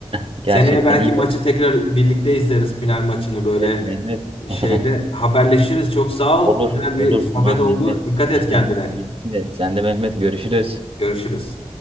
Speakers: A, on the right; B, on the left.
A: <laughs> Gerçekten
B: Seneye belki
A: iyi
B: maçı
A: var.
B: tekrar birlikte izleriz final maçını böyle
A: Evet Mehmet.
B: şeyde
A: <laughs>
B: haberleşiriz. Çok sağ ol.
A: Olur.
B: Güzel bir
A: Olur
B: sohbet
A: tamam
B: oldu.
A: Mehmet.
B: Dikkat et
A: <laughs>
B: kendine.
A: Bitti. Sen de Mehmet görüşürüz.
B: Görüşürüz.